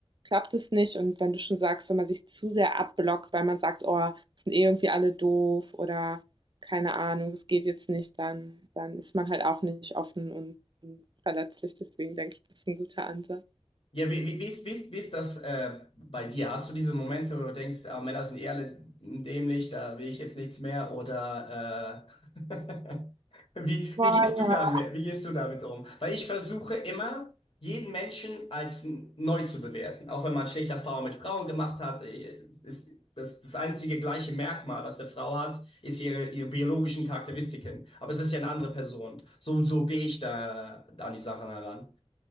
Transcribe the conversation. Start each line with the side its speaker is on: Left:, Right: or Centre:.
Right: klappt es nicht. Und wenn du schon sagst, wenn man sich zu sehr abblockt, weil man sagt, oh, sind eh irgendwie alle doof oder keine Ahnung, es geht jetzt nicht, dann, dann ist man halt auch nicht offen und, und verletzlich. Deswegen denke ich, das ist ein guter Ansatz.
Left: Ja, wie, wie, wie ist, wie ist, wie ist das äh, bei dir? Hast du diese Momente, wo du denkst, ah, Männer sind eh alle dämlich, da will ich jetzt nichts mehr? Oder äh, <laughs> Wie,
Right: Voilà.
Left: wie gehst du damit, wie gehst du damit um? Weil ich versuche immer, jeden Menschen als n- neu zu bewerten. Auch wenn man schlechte Erfahrungen mit Frauen gemacht hat, äh, ist das, das einzige gleiche Merkmal, was eine Frau hat, ist ihre, ihre biologischen Charakteristiken. Aber es ist ja eine andere Person. So, so gehe ich da an die Sachen heran.